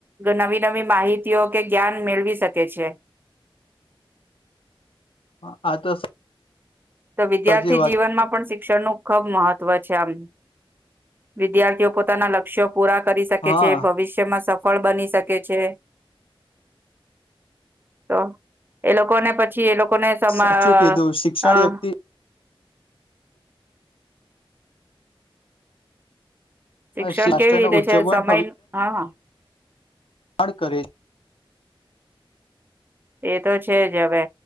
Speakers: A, on the right (about 20°); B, on the left (about 70°).
A: નવી નવી માહિતીઓ કે જ્ઞાન મેળવી શકે છે.
B: <unintelligible>
A: તો વિદ્યાર્થી
B: સાચી વાત
A: જીવનમાં પણ શિક્ષણનું ખબ મહત્વ છે આમ વિદ્યાર્થીઓ પોતાના લક્ષ્યો પૂરા કરી શકે
B: હા
A: છે ભવિષ્યમાં સફળ બની શકે છે. તો એ લોકોને પછી એ લોકોને <unintelligible>
B: સાચું કીધું શિક્ષણ વ્યક્તિ રાષ્ટ્રનું
A: શિક્ષણ કેવી રીતે
B: ઉજ્જવળ
A: છે સમય હા હ
B: પણ કરે
A: એ તો છે જ હવે